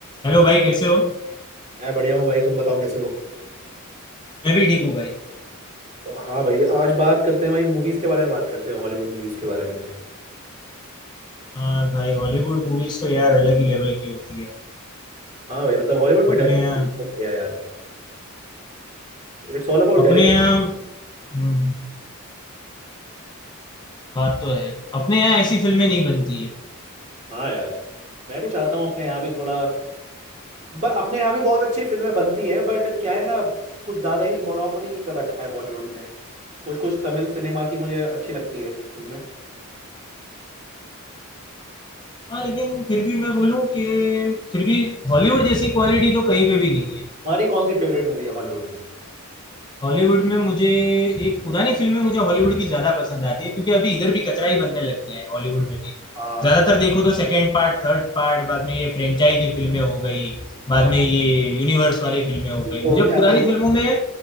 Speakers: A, on the left; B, on the right.
A: Hello भाई कैसे हो
B: मैं बढ़िया हूँ भाई तुम बताओ कैसे हो
A: मैं भी ठीक हूँ भाई
B: हाँ भाई आज बात करते हैं भाई मूवीज के बारे में बात करते हैं हॉलीवुड मूवीज के बारे में
A: हाँ भाई हॉलीवुड मूवीज तो यार अलग ही लेवल की होती है
B: हाँ भाई मतलब हॉलीवुड में
A: अपने
B: डायरेक्शन
A: यहाँ
B: बहुत बढ़िया यार It's all about
A: अपने
B: direction
A: यहाँ हम्म, बात तो है अपने यहाँ ऐसी फिल्में नहीं बनती है
B: हाँ यार मैं भी चाहता हूँ अपने यहाँ भी थोड़ा ब, अपने यहाँ भी बहुत अच्छी फिल्में बनती है बट क्या है ना कुछ ज्यादा ही मोनोपोली कर रखा है बॉलीवुड ने कुछ कुछ तमिल सिनेमा की मुझे अच्छी लगती है फिल्में
A: हाँ लेकिन फिर भी मैं बोलूँ कि फिर भी हॉलीवुड जैसी क्वालिटी तो कहीं पे भी नहीं है
B: हमारी कौन सी फेवरेट मूवी है हॉलीवुड में
A: हॉलीवुड में मुझे एक पुरानी फिल्म में मुझे हॉलीवुड की ज्यादा पसंद आती है क्योंकि अभी इधर भी कचरा ही बनने लग गया है हॉलीवुड में भी
B: हाँ
A: ज्यादातर देखो तो सेकंड पार्ट थर्ड पार्ट बाद में ये फ्रेंचाइजी फिल्में हो गई बाद
B: हाँ,
A: में ये यूनिवर्स वाली फिल्में हो गई
B: हो
A: मुझे
B: गया
A: पुरानी
B: भाई
A: फिल्मों में